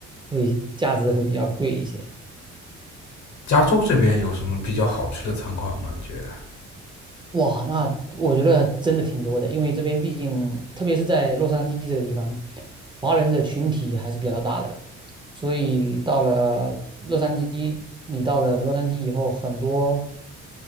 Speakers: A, on the right; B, on the left.
A: 会价值会比较贵一些，
B: 加州这边有什么比较好吃的餐馆吗？你觉得？
A: 哇，那我觉得真的挺多的，因为这边毕竟，特别是在洛杉矶这个地方，华人的群体还是比较大的，所以到了洛杉矶，你到了洛杉矶以后，很多